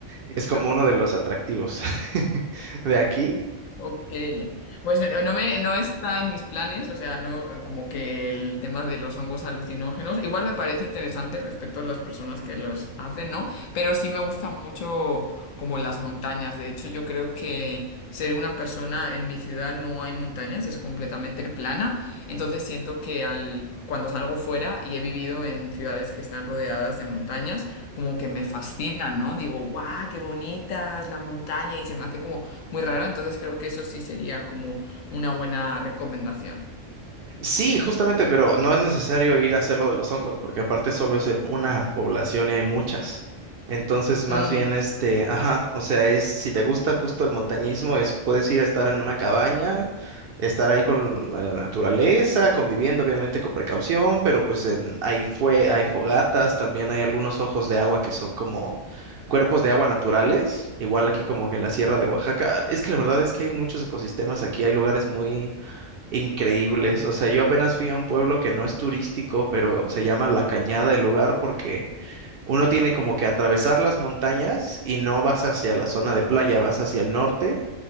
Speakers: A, on the right; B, on the left.
A: es como
B: Ya.
A: uno de los atractivos <laughs> de aquí.
B: Ok, pues eh, no me, no está en mis planes, o sea, no, eh, como que el tema de los hongos alucinógenos, igual me parece interesante respecto a las personas que los hacen, ¿no? Pero sí me gusta mucho como las montañas, de hecho yo creo que ser una persona en mi ciudad no hay montañas, es completamente plana, entonces siento que al, cuando salgo fuera y he vivido en ciudades que están rodeadas de montañas, como que me fascinan, ¿no? Digo, guau, qué bonitas la montaña y se me hace como muy raro, entonces creo que eso sí sería como una buena recomendación.
A: Sí, justamente, pero no es necesario ir a hacer lo de los hongos, porque aparte solo es en una población y hay muchas. Entonces, más
B: Mm,
A: bien, este, ajá, o sea, es, si te gusta justo el montañismo, es, puedes ir a estar en una cabaña, estar ahí con la la naturaleza, conviviendo, obviamente, con precaución, pero pues en, ahí fue, hay fogatas, también hay algunos ojos de agua que son como cuerpos de agua naturales, igual aquí como que en la Sierra de Oaxaca. Es que la verdad es que hay muchos ecosistemas aquí, hay lugares muy increíbles. O sea, yo apenas fui a un pueblo que no es turístico, pero se llama La Cañada el lugar porque uno tiene
B: ujú.
A: como que atravesar las montañas y no vas hacia la zona de playa, vas hacia el norte